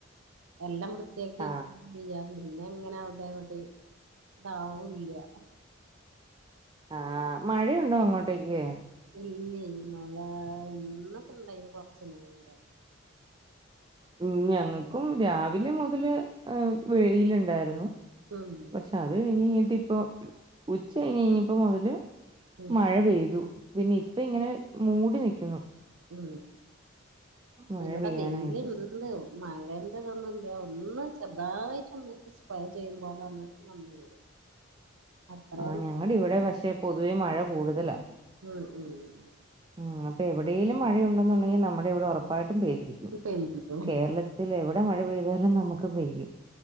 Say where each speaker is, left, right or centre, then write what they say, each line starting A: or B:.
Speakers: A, on the right; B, on the right.
A: എല്ലാം വൃ വൃത്തിയാക്കി വെക്കും
B: ആഹ്
A: ചെയ്യാ പിന്നെ അങ്ങനെ അവിടെ ഇവിടെ ഇതാവുല്ല്യ
B: ആ മഴയുണ്ടോ അങ്ങോട്ടേക്ക്
A: ഇല്ല മഴ ഇ ഇന്നൊക്ക ഉണ്ടായീഞ്ഞു കുറച്ചു അന്നേരം
B: മ് ഞങ്ങൾക്കും രാവിലിം ഉ ല് വെയിൽ ഇണ്ടായിരുന്നു
A: ഉം
B: പക്ഷെ അത് കഴിഞ് കഴിഞ്ഞിട്ട് ഇ ഇപ്പൊ ഉച്ച കഴിഞ്ഞ് കഴിഞ്ഞപ്പോ മുതല്
A: ഉം
B: മഴ പെയ്തു പിന്നെ ഇപ്പ ഇങ്ങനെ മൂടി നൽക്കുന്നു
A: മ്
B: മഴ
A: ഇവിടെ
B: പെയ്യാനായിട്ട്
A: വെയില് ല്ണ്ട് മഴന്റെ ഇതൊന്നും ഇല്ല ഒന്നും ചെറ്തായിട്ടൊന്ന് സ്പ്രേ പെയ്യുമ്പോലന്ന് വന്നു പോയി അത്രേ
B: ആ ഞങ്ങുടെ ഇവിടെ വക്ഷ പക്ഷേ പൊതുവെ മഴ കൂടുതലാണ്
A: മ് മ് മ്
B: മ് അപ്പൊ എവിടേലുംമഴഉണ്ടെന്നുണ്ടെങ്കിൽ നമ്മുടെ ഇവിടെ ഉറപ്പായിട്ട് പ്പായിട്ടും പെയ്തിരിക്കും
A: പെയ്തു
B: കേരളത്തിൽ എവിടെ മഴ പെയ് അന്നേരം നമ്മുക്ക് പെയ്യും